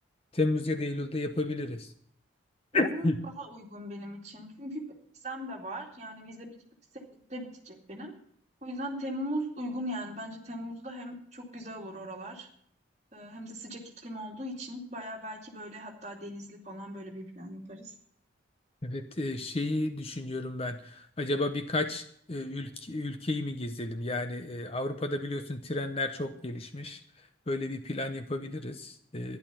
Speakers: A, on the left; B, on the right.
A: Temmuz ya da Eylül'de yapabiliriz.
B: Temmuz
A: <laughs> Hı.
B: daha uygun benim için. Çünkü vizem de var. Yani vizemin süresi Eylül'de bitecek benim. O yüzden Temmuz uygun yani. Bence Temmuz'da hem çok güzel olur oralar. e, Hem de sıcak iklim olduğu için baya belki böyle hatta denizli falan böyle bir plan yaparız.
A: Evet, e, şeyi düşünüyorum ben. Acaba birkaç e, ülke, ülkeyi mi gezelim? Yani e, Avrupa'da biliyorsun trenler çok gelişmiş. Böyle bir plan yapabiliriz. E,